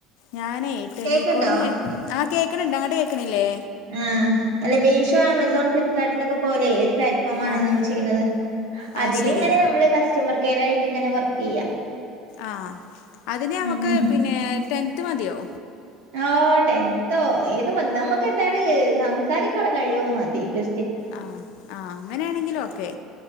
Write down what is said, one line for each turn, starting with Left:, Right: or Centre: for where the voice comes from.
Left: ഞാനേ ടെലികോളിങ്
Right: കേക്ക്ണ്ടോ
Left: ആഹ് കേക്കണണ്ട് അങ്ങട്ട് കേൾക്കണില്ലേ?
Right: ആഹ് അല്ലെ മീഷോ, ആമസോൺ, ഫ്ലിപ്കാർട്ടിനൊക്കെ പോലെ ഒരു പ്ലാറ്റ്ഫോമാണ്
Left: ആഹ്
Right: നമ്മൾ ചെയ്യുന്നത്.
Left: അത്
Right: അതിലിങ്ങനെ
Left: ശരി
Right: നമ്മള് കസ്റ്റമർ കെയർ ആയിട്ട് ഇങ്ങനെ വർക്ക് ചെയ്യാ,
Left: ആഹ്, അതിന് നമുക്ക്
Right: ഉം
Left: പിന്നെ ടെൻത്ത് മതിയോ?
Right: ഓഹ് ടെൻതോ ഏതും മതി, നമുക്ക് എന്താണ് സംസാരിക്കുള്ള കഴിവ് മതി ബസ്റ്റ്
Left: ആഹ് ആഹ് അങ്ങനെയാണെങ്കിൽ ഓക്കെ